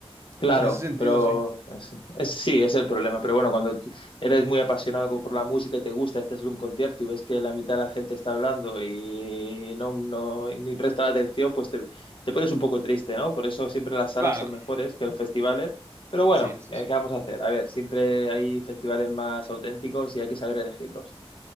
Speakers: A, on the left; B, on the right.
A: claro,
B: Entonces, en ese sentido,
A: pero
B: sí.
A: es- es- sí, es el problema. Pero bueno, cuando tú eres muy apasionado co- por la música y te gusta, estás en un concierto y ves que la mitad de la gente está hablando y no, no ni presta la atención, pues te, te pones un poco triste, ¿no? Por eso siempre las salas
B: Claro,
A: son mejores que los festivales. Pero bueno,
B: sí, eso
A: eh,
B: sí.
A: ¿qué vamos a hacer? A ver, siempre hay festivales más auténticos y hay que saber elegirlos.